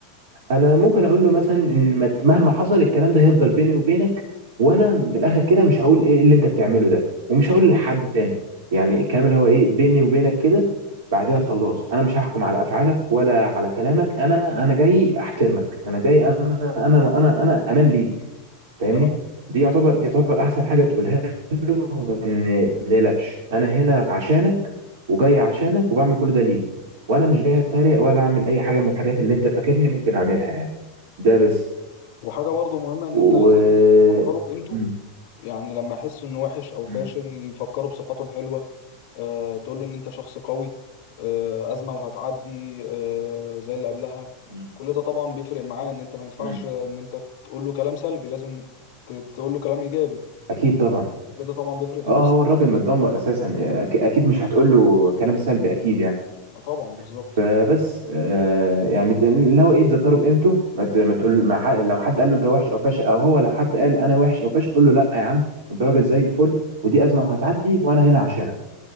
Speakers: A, on the right; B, on the left.
A: انا ممكن اقول له مثلا ان ما- مهما حصل الكلام ده هيفضل بيني وبينك وانا من الاخر كده مش هقول ايه اللي انت بتعمله ده ومش هقول لحد تاني يعني الكلام اللي هو ايه بيني وبينك كده بعدين خلاص انا مش هحكم على افعالك ولا على كلامك انا انا جاي احترمك انا جاي انا انا انا انا امان ليك فاهمني
B: تمام
A: دي يعتبر دي يعتبر احسن حاجه تقولها له ان ما تقلقش انا هنا عشانك وجاي عشانك وبعمل كل ده ليك وانا مش جاي اتريق ولا اعمل اي حاجه من الحاجات اللي انت فاكرني ممكن اعملها يعني ده بس
B: وحاجه برضو مهمه ان
A: و
B: انت لازم تفكره بقيمته
A: مم.
B: يعني لما يحس انه وحش او
A: مم.
B: فاشل يفكره بصفاته الحلوه آه تقول له ان انت شخص قوي آه ازمه وهتعدي آه زي اللي قبلها
A: مم.
B: كل ده طبعا بيفرق معاه ان انت ما ينفعش
A: مم.
B: ان انت تقول له كلام سلبي لازم ت- تقول له كلام ايجابي
A: اكيد طبعا
B: كل ده طبعا بيفرق في
A: اه
B: نفسيته
A: هو الراجل متدمر اساسا أك- اكيد مش هتقول له كلام سلبي اكيد يعني
B: آه، طبعا بالظبط
A: فبس آه يعني تن- اللي هو ايه تذكره بقيمته ما ت- ما تقول مع حق لو حد قال له انت وحش او فاشل او هو لو حد قال انا وحش او فاشل قول له لا يا عم انت راجل زي الفل ودي ازمه وهتعدي وانا هنا عشانك